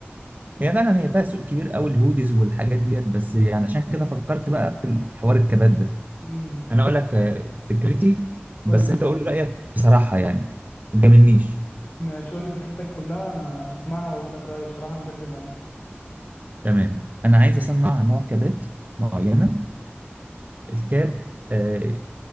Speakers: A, on the right (about 40°); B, on the left (about 45°).
A: هي فعلا هي فيها سوق كبير قوي الهوديز والحاجات ديت بس يعني عشان كده فكرت بقى في حوار الكبات ده
B: امم
A: انا اقول لك آه، فكرتي بس
B: قول لي
A: انت قول لي رايك بصراحه يعني ما تجاملنيش
B: ماشي قول لي فكرتك كلها وانا هسمعها واقول لك رأيي بصراحة مش هكذب عليك
A: تمام انا عايز اصنع نوع كابات معينه الكاب آه،